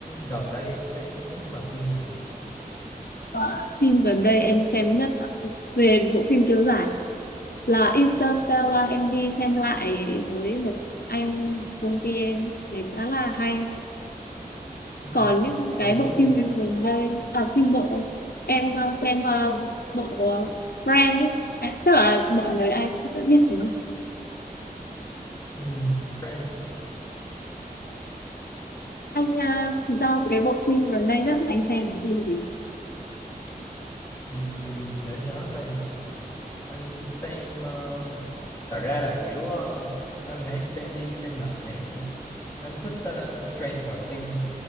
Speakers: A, on the left; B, on the left.
A: gần đây em xem nhất là phim nào
B: Ờ, phim gần đây em xem nhất về bộ phim chiếu giải là Interstellar là em đi xem lại với một anh công ty em thấy khá là hay
A: ừ.
B: còn những
A: còn
B: cái bộ
A: phim
B: phim
A: bộ
B: gần đây à, phim bộ em ờ, xem ờ, bộ ờ, Friends ấy à, tức là mọi người ai cũng sẽ biết gì không
A: Ừm, Friends
B: anh uh, thì sao cái bộ phim gần đây đó anh xem cái phim gì
A: Ừm, để anh nhớ coi nha anh xem ờ, thật ra là kiểu ờ, anh hãy xem đi xem lại <laughs> anh thích ờ, Stranger Things